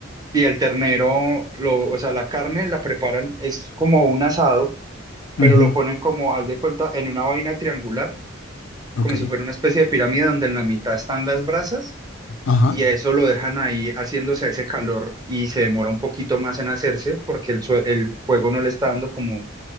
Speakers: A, on the right; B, on the left.
A: y el ternero, lo, o sea, la carne la preparan, es como un asado, pero
B: Ujú.
A: lo ponen como, haz de cuenta, en una vaina triangular,
B: Ok.
A: como si fuera una especie de pirámide donde en la mitad están las brasas,
B: Ajá.
A: y a eso lo dejan ahí haciéndose ese calor y se demora un poquito más en hacerse porque el, sue- el fuego no le está dando como